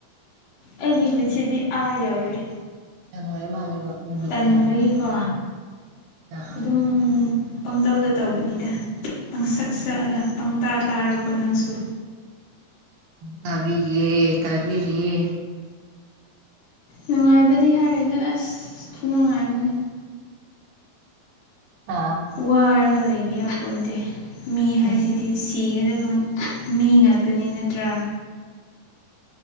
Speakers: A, on the left (about 65°); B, on the right (about 80°).
A: ꯑꯩꯒꯤ ꯃꯤꯠꯁꯤꯗꯤ ꯑꯥ ꯌꯧꯔꯦ
B: ꯌꯥꯝ ꯅꯨꯡꯉꯥꯏ ꯃꯥꯜꯂꯦꯕ ꯅꯨꯃꯤꯠꯇꯣ
A: ꯇꯟꯕꯒꯤꯀꯣ
B: ꯑꯥ
A: ꯑꯗꯨꯝ ꯄꯪꯇꯧꯗ ꯇꯧꯕꯅꯤꯗ ꯄꯪꯁꯛ ꯁꯛꯑꯒ ꯄꯪꯇꯥ ꯇꯥꯔꯣꯀꯣ ꯅꯪꯁꯨ
B: ꯇꯥꯕꯤꯔꯤꯌꯦ ꯇꯥꯕꯤꯔꯤꯌꯦ
A: ꯅꯨꯡꯉꯥꯏꯕꯗꯤ ꯍꯥꯏꯔꯗꯣꯏ ꯑꯁ ꯈꯨꯅꯨꯡꯉꯥꯏꯑꯃꯅꯤ
B: ꯑꯥ
A: ꯋꯥꯔꯒ ꯂꯩꯕ ꯌꯥꯄꯣꯟꯟꯗꯦ ꯃꯤ ꯍꯥꯏꯁꯤꯗꯤ
B: ꯎꯝ
A: ꯁꯤꯒꯗꯕ ꯃꯤ ꯉꯥꯛꯇꯅꯤ ꯅꯠꯇ꯭ꯔꯥ